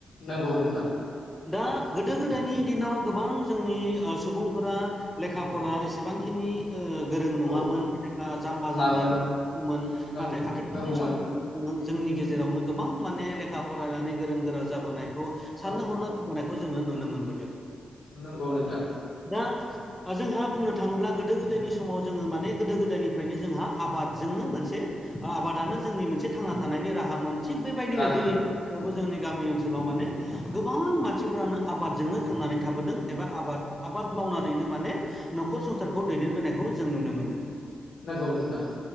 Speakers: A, on the left; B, in the centre.
A: नंगौ नोंथां।
B: दा गोदो गोदायनि दिनाव गोबां जोंनि सुबुं फोरा लेखा फरा एसेबांखिनि गोरों नङामोन।
A: औ
B: जाम्बा
A: नङामोन
B: जाम्बिमोन <inaudible>
A: नंगौ
B: नाथाय आथिखालनि
A: नंगौमोन
B: समफ्राव जोंनि गेजेरावनो गोबां माने लेखा फरायनानै गोरों गोरा जाबोनायखौ साननो
A: औ
B: हनो होनायखौ जोङो नुनो मोनबोदों।
A: नंगौ नोंथां।
B: दा जोंहा बुंनो थाङोब्ला गोदो गोदायनि समाव जोङो माने गोदो गोदायनिफ्रायनो जोंहा आबादजोंनो मोनसे आबादानो जोंनि मोनसे थांना थानायनि राहामोन। थिग बेबायदिनो
A: राहामोन
B: दिनैनो आवबो जोंनि गामि ओनसोलाव माने गोबां मानसिफ्रानो आबादजोंनो थांनानै थाबोदों एबा आबाद आबाद मावनानैनो माने न'खर संसारखौ दैदेनबोनायखौ जों नुनो मोनो।
A: नंगौ नोंथां।